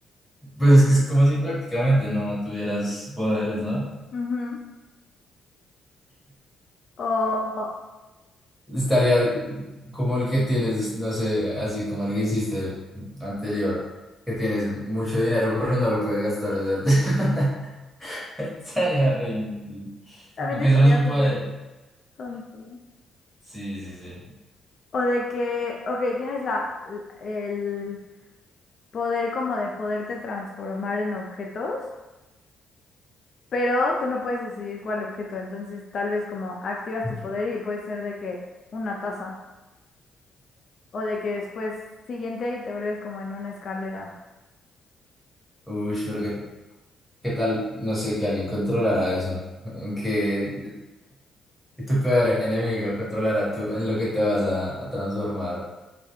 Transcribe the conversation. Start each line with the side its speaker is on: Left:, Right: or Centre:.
Centre: Pues es que es como si prácticamente no tuvieras poderes, no
Left: Ujú. O
Centre: Estaría
Left: <laughs>
Centre: como el que tienes, no sé, así como el que hiciste anterior, que tienes mucho dinero, pero no lo puedes gastar. O sea, <laughs> estaría re inútil.
Left: también
Centre: Aunque
Left: estaría
Centre: eso no es un
Left: súper
Centre: poder.
Left: tonto.
Centre: Sí, sí, sí.
Left: O de que, ok, tienes la, l- el poder como de poderte transformar en objetos, pero tú no puedes decidir cuál objeto. Entonces, tal vez como activas
Centre: <laughs>
Left: tu poder y puede ser de que una taza, o de que después siguiente y te vuelves como en una escalera.
Centre: Uy, pero qué, qué tal, no sé, que alguien controlara eso. En que <laughs> tu peor enemigo controlara tú en lo que te vas a, a transformar.